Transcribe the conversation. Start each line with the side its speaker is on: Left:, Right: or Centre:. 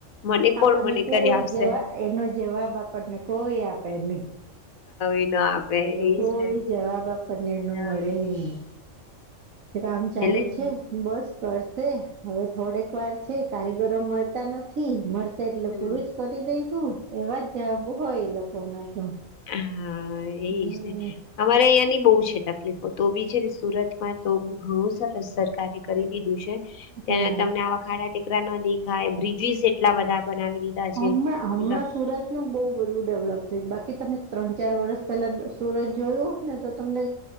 Left: મને
Right: આપણને
Left: કોણ મને
Right: કોઈ
Left: કરી આપશે?
Right: જવા એનો જવાબ આપણને કોઈ આપે નહી.
Left: એ ન આપે
Right: એ
Left: એજ
Right: કોઈ
Left: ને,
Right: જવાબ આપણને એનો
Left: ના.
Right: મળે નહીં. કામ ચાલુ
Left: એટલે
Right: જ બસ કરશે હવે થોડેક વાર છે કારીગરો મળતા નથી. મળશે, એટલે
Left: હમ
Right: પૂરું જ કરી દઈશું એવા જ જવાબ હોય એ લોકો ના તો.
Left: હ
Right: હમ
Left: એ જને! અમારે અહં ની બહુ છે તકલીફો તો બી છે સુરતમાં તો ઘઉ સરસ સરકારે કરી દીધું છે. ત
Right: હા
Left: તમને આવા ખાડા ટેકરા ન દેખાય બ્રિજીસ એટલા બધા બનાવી દીધા.
Right: હણાં
Left: છે
Right: હમણાં
Left: એકદમ,
Right: સુરતનું બહુ બધું ડેવલપ થયું બાકી તમે ત્રણ ચાર વર્ષ પેલા સુરત જોયું હોત ને તો તમને